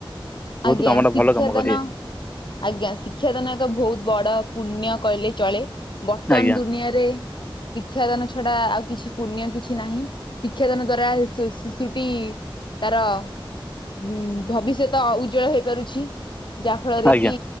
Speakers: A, on the left; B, on the left.
A: ବହୁତ
B: ଆଜ୍ଞା
A: କାମଟା
B: ଶିକ୍ଷାଦାନ
A: ଭଲ କାମ କରିବେ
B: ଆଜ୍ଞା ଶିକ୍ଷାଦାନ ଏକ ବହୁତ ବଡ଼ ପୁଣ୍ୟ କହିଲେ ଚଳେ। ବର୍ତ୍ତମାନ
A: ଆଜ୍ଞା
B: ଦୁନିଆରେ ଶିକ୍ଷାଦାନ ଛଡ଼ା ଆଉ କିଛି ପୁଣ୍ୟ କିଛି ନାହିଁ ଶିକ୍ଷାଦାନ ଦ୍ଵାରା ଶିଶୁଟି ତାର ଉ ଭବିଷ୍ୟତ ଉଜ୍ଜଳ ହେଇପାରୁଛି ଯାହା ଫଳରେ
A: ଆଜ୍ଞା
B: କି